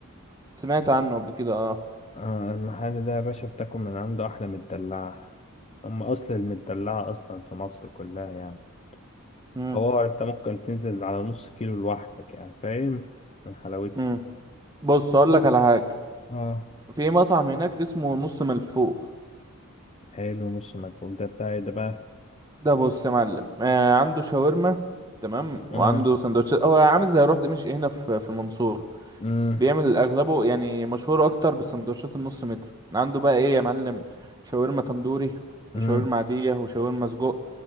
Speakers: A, on the right (about 20°); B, on the left (about 30°).
A: سمعت عنه قبل كده اه
B: آه المحل ده يا باشا بتاكل من عنده أحلى مدلعة هم أصل المدلعة أصلا في مصر كلها يعني
A: مم.
B: حوار انت ممكن تنزل على نص كيلو لوحدك يعني فاهم من حلاوتها
A: مم. بص اقول لك على حاجه
B: اه
A: في مطعم هناك اسمه نص ملفوف
B: حلو نص ملفوف ده بتاع ايه ده بقى
A: ده بص يا معلم آه عنده شاورما تمام وعنده
B: اه
A: سندوتشات هو عامل زي روح دمشق هنا في في المنصورة
B: امم
A: بيعمل اغلبه يعني مشهور اكتر بالسندوتشات النص متر عنده بقى ايه يا معلم شاورما تندوري
B: امم
A: وشاورما عادية وشاورما سجق